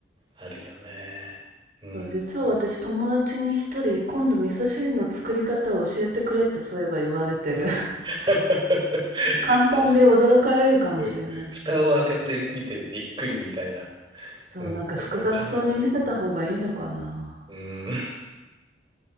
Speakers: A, on the right; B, on the right.
A: あるよね。うん。
B: そう、実は私友達に一人今度味噌汁の作り方を教えてくれってそういえば言われてる。<laughs>
A: <laughs>
B: 簡単で驚かれるかもしれない。
A: あのうん蓋を開けてみてびっくりみたいな、
B: そう、
A: うん、
B: なんか複雑そうに見せた方がいいのかな。
A: ところかもしれない。うん。